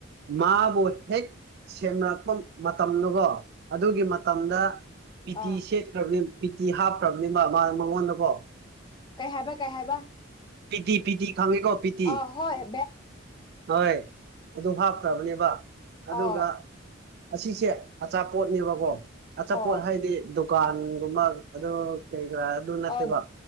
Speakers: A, on the right; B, on the left.
A: ꯃꯥꯕꯨꯣ ꯊꯦ ꯁꯦꯝꯅꯔꯛꯄ ꯃꯇꯝꯗꯨꯀꯣ ꯑꯗꯨꯒꯤ ꯃꯇꯝꯗ ꯄꯤꯇꯤ
B: ꯑꯥ
A: ꯁꯦꯠꯈ꯭ꯔꯕꯅꯤ ꯄꯤꯇꯤ ꯍꯥꯞꯇ꯭ꯔꯕꯅꯦꯕ ꯃꯉꯣꯟꯗꯀꯣ
B: ꯀꯩ ꯍꯥꯏꯕ ꯀꯩ ꯍꯥꯏꯥꯏꯕ
A: ꯄꯤꯇꯤ ꯄꯤꯇꯤ ꯈꯪꯉꯤꯀꯣ ꯄꯤꯇꯤ
B: ꯑ ꯍꯣꯏ ꯦ
A: ꯍꯣꯏ ꯑꯗꯨ ꯍꯥꯞꯈ꯭ꯔꯕꯅꯦꯕ ꯑꯗꯨꯒ
B: ꯑꯥꯎ
A: ꯑꯁꯤꯁꯦ ꯑꯆꯥꯠ ꯑꯆꯥꯄꯣꯠꯅꯦꯕꯀꯣ ꯑꯆꯥꯄꯣꯠ
B: ꯑꯣ
A: ꯍꯥꯏꯗꯤ ꯗꯨꯀꯥꯟꯒꯨꯝꯕ ꯑꯗꯨ ꯀꯩ ꯑꯗꯨ ꯅꯠꯇꯦꯕꯣ
B: ꯑꯣ